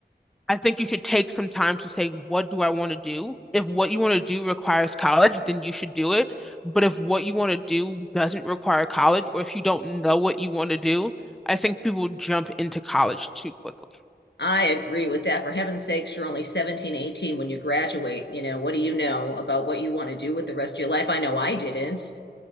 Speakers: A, in the centre; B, on the left.
A: I think you should take some time to say, what do I want to do? If what you want to do requires college, then you should do it. But if what you want to do doesn't require college, or if you don't know what you want to do, I think people jump into college too quickly.
B: I agree with that. For heaven's sakes, you're only seventeen, eighteen when you graduate. You know, what do you know about what you want to do with the rest of your life? I know I didn't.